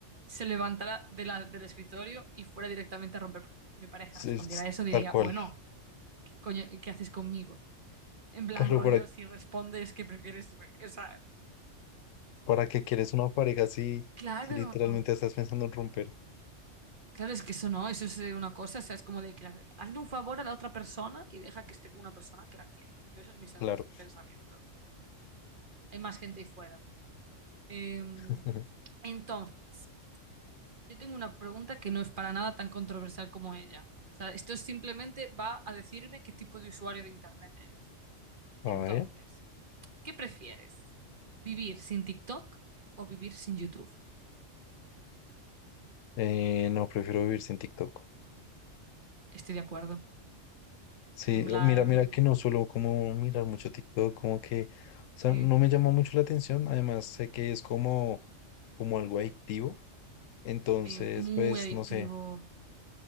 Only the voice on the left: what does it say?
sí,
es
tal cual.
Claro,
por
¿Para qué quieres una pareja si,
si literalmente estás pensando en romper?
Claro.
<laughs>
A
ver.
eh, no, prefiero vivir sin TikTok.
Sí,
o- mira, mira que no suelo como mirar mucho TikTok, como que, o sea,
no me llamó mucho la atención. Además, sé que es como, como algo adictivo. Entonces,
pues,
no sé.